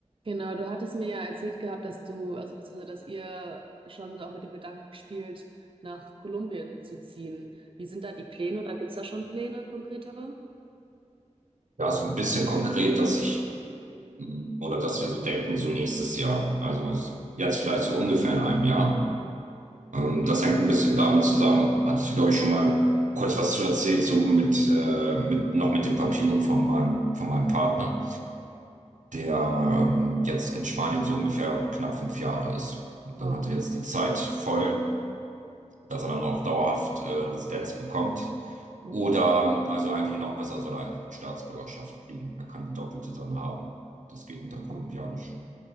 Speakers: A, on the right; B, on the right.
A: Genau, du hattest mir ja erzählt gehabt, dass du, also beziehungsweise, dass ihr schon so auch mit dem Gedanken spielt, nach Kolumbien zu ziehen. Wie sind da die Pläne oder gibt's da schon Pläne konkretere?
B: Ja, so ein bisschen konkret, dass ich hm, oder dass wir so denken, so nächstes Jahr. Also es- jetzt vielleicht so ungefähr in einem Jahr. Ähm, das hängt ein bisschen damit zusammen, hatte ich, glaube ich, schon mal kurz was zu erzählt, so mit, äh, mit noch mit den Papieren von meinem, von meinem Partner, der ähm, jetzt in Spanien so ungefähr knapp fünf Jahre ist. Und
A: Ja,
B: dann hat er jetzt die Zeit voll, dass er dann auch dauerhaft äh, Residenz bekommt.
A: okay.
B: Oder, also eigentlich noch besser, soll er eigentlich die Staatsbürgerschaft kriegen. Er kann die doppelte dann haben. Das geht mit der kolumbianischen.
A: Ah,